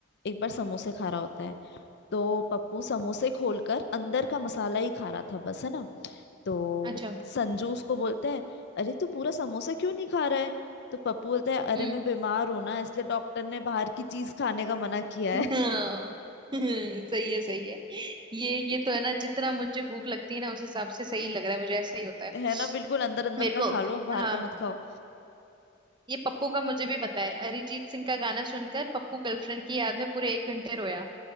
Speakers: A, on the left; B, on the right.
A: एक बार समोसे खा रहा होता है तो पप्पू समोसे खोलकर अंदर का मसाला ही खा रहा था बस है ना तो
B: अच्छा
A: संजू उसको बोलता है अरे तू पूरा समोसा क्यों नहीं खा रहा है तो पप्पू बोलता है अरे
B: हम्म
A: मैं बीमार हूं ना इसलिए डॉक्टर ने बाहर की चीज खाने का मना किया
B: हाँ
A: है
B: <laughs> सही है सही है ये
A: <laughs>
B: ये तो है ना जितना मुझे भूख लगती है ना उस हिसाब से सही लग रहा है मुझे ऐसा ही होता है
A: है ना बिल्कुल अंदर अंदर
B: मेरे
A: का
B: को
A: खा लो बाहर
B: हाँ
A: का मत खाओ
B: ये पप्पू का मुझे भी बताया अरिजीत सिंह का गाना सुनकर पप्पू गर्लफ्रेंड की याद में पूरे एक घंटे रोया